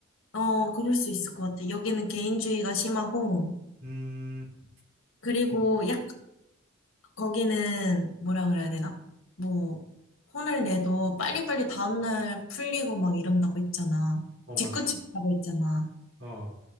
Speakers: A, on the left; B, on the right.
A: 어, 그럴 수 있을 것 같아. 여기는 개인주의가 심하고,
B: 음,
A: 그리고
B: 여기?
A: 약점이 거기는 뭐라 그래야 되나? 뭐 혼을 내도 빨리빨리 다음날 풀리고 막 이런다고 했잖아.
B: 어, 맞아.
A: 뒤끝이 없다고 했잖아.
B: 어,